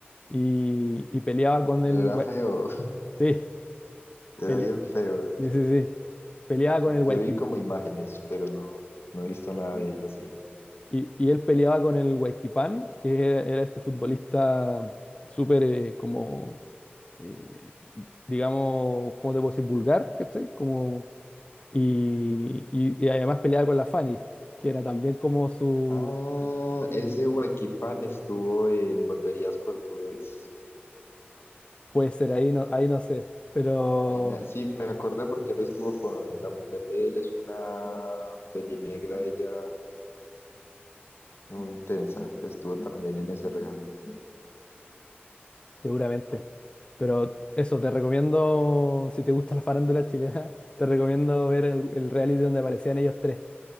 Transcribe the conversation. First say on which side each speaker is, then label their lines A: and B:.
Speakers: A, on the left (about 25°); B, on the left (about 80°).
A: y, y peleaba con
B: pero
A: el...
B: era
A: hua-
B: feo,
A: Sí,
B: <laughs> era
A: pele-
B: bien feo.
A: sí, sí, sí, peleaba con el Hualqui...
B: Yo vi como imágenes, pero no, no he visto nada de él así.
A: Y, y él peleaba con el Huayquipán, que era, era este futbolista súper eh, como, eh, digamos, ¿cómo te puedo decir? Vulgar, ¿cachai? Como, y, y- y además peleaba con la Fanny, que era también como su,
B: Ah, ese Huaquipán estuvo en Volverías con tu ex.
A: puede ser, ahí no, ahí no sé, pero
B: Ahí me, sí, me acordé porque él estuvo con eh, la mujer de él, es una pelinegra, ella muy intensa, que estuvo también en ese reality.
A: seguramente. Pero eso, te recomiendo, si te gusta la farándula chilena, <laughs> te recomiendo ver el, el reality donde aparecían ellos tres.